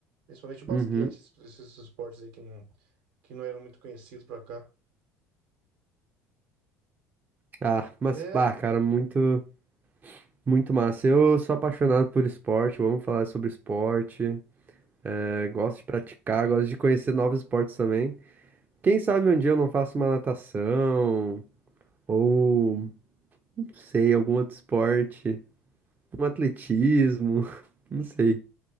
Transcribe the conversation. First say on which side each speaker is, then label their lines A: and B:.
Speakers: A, on the right; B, on the right.
A: Principalmente o basquete,
B: Uhum.
A: esses, esses esportes aí que não, que não eram muito conhecidos pra cá.
B: Ah, mas,
A: É,
B: pá, cara, muito, muito massa. Eu
A: o-
B: sou apaixonado por esporte, vamos falar sobre esporte. É, gosto de praticar, gosto de conhecer novos esportes também. Quem sabe um dia eu não faço uma natação. Ou, não sei, algum outro esporte. Um atletismo. <laughs> Não sei.